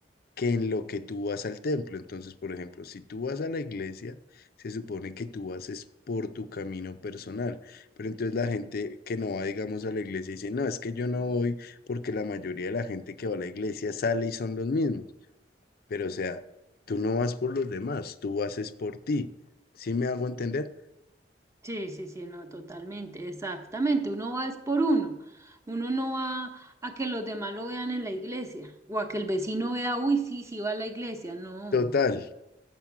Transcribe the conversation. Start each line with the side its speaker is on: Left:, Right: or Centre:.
Left: que en lo que tú vas al templo. Entonces, por ejemplo, si tú vas a la iglesia, se supone que tú vas es por tu camino personal. Pero entonces la gente que no va, digamos, a la iglesia dice, no, es que yo no voy porque la mayoría de la gente que va a la iglesia sale y son los mismos. Pero o sea, tú no vas por los demás, tú vas es por ti. ¿Sí me hago entender?
Right: Sí, sí, sí, no, totalmente, exactamente. Uno va es por uno. Uno no va a que los demás lo vean en la iglesia o a que el vecino vea, uy, sí, sí va a la iglesia. No,
Left: Total,